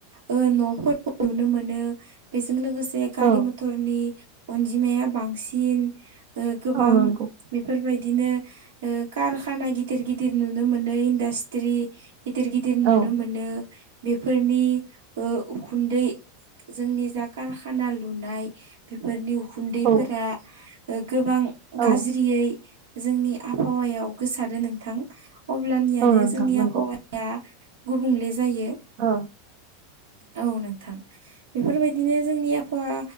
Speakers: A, on the right; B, on the right.
A: ओ न'फोरखौ नुनो मोनो बेजों लोगोसे बे गारि
B: औ
A: मटरनि अनजिमाया बांसिन ओ गोबां
B: औ नंगौ
A: बेफोरबायदिनो ओ कारखाना गिदिर गिदिर नुनो मोनो इडासत्रि गिदिर गिदिर
B: औ
A: नुनो मोनो बेफोरनि ओ उखुन्दै जोंनि जा कारखाना लुनाय बेफोरनि गुन्दैफोरा
B: औ
A: ओ गोबां
B: औ
A: गाज्रियै जोंनि आबहावायाव गोसारो नोंथां अब्लानियानो
B: औ नोंथां
A: जोंनि
B: नंगौ
A: आबहावा या गुबुंले जायो
B: अ
A: औ नोंथां बेफोरबायदिनो जोंनि आबहावा